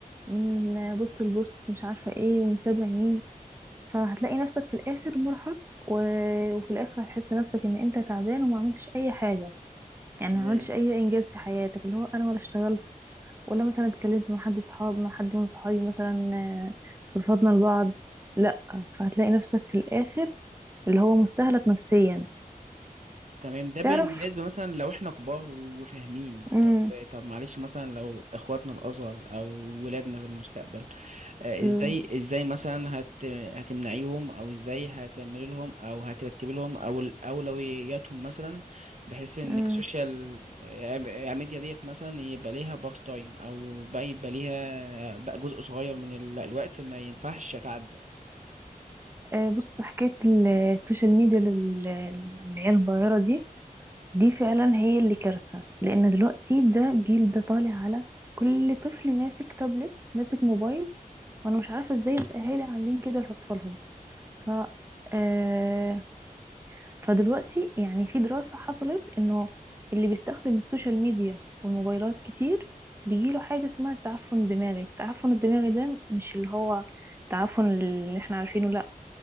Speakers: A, on the right; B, on the right.
A: من بوست لبوست مش عارفة ايه ومتابع مين فهتلاقي نفسك في الاخر مرهق و... وفي الاخر هتحس نفسك ان انت تعبان وما عملتش اي حاجة يعني
B: تمام
A: ما عملتش اي انجاز في حياتك اللي هو انا ولا اشتغلت ولا مثلا اتكلمت مع حد صحاب مع حد من صحابي مثلا آه، رفضنا لبعض لا فهتلاقي نفسك في الاخر اللي هو مستهلك نفسيا
B: تمام ده بالنسبه
A: تعرف
B: مثلا لو احنا كبار وفاهمين
A: امم
B: طب طب معلش مثلا لو اخواتنا الاصغر او ولادنا في المستقبل آه،
A: ال-
B: ازاي ازاي مثلا هت هتمنعيهم او ازاي هتعملي لهم او هترتبي لهم او اولوياتهم مثلا بحيث ان
A: امم
B: السوشيال آه، آه، ميديا ديت مثلا يبقى ليها بارت تايم او بقى يبقى ليها آه، بقى جزء صغير من ال- الوقت ما ينفعش يتعدى
A: آه، بص حكايه ال- السوشيال ميديا لل- للعيال الصغيره دي دي فعلا هي اللي كارثه لان دلوقتي ده جيل ده طالع على كل طفل ماسك تابلت ماسك موبايل وانا مش عارفه ازاي الاهالي عاملين كده لاطفالهم ف آه، فدلوقتي يعني في دراسة حصلت انه اللي بيستخدم السوشيال ميديا والموبايلات كتير بيجيله حاجة اسمها التعفن الدماغي التعفن الدماغي ده مش اللي هو التعفن اللي احنا عارفينه لا